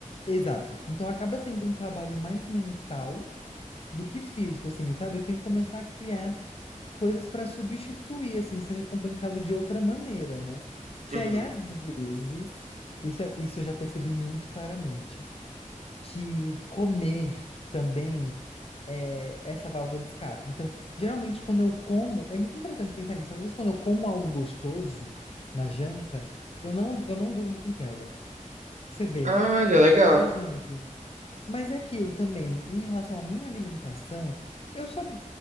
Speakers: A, on the left; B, on the right.
A: Exato. Então acaba sendo um trabalho mais mental do que físico, assim, sabe? Eu tenho que começar a criar coisas pra substituir, assim, ser recompensado de outra maneira, né? Que
B: Uhum.
A: aí, às vezes, isso, é- isso eu já percebi muito claramente, que comer também é, essa válvula de escape. Então, geralmente, quando eu como, é muito interessante pensar nisso. Às vezes, quando eu como algo gostoso na janta, eu não, eu não durmo com tela. Você vê.
B: Ah, olha, legal.
A: Então, por exemplo. Mas é aquilo também, em relação à minha alimentação, eu sou.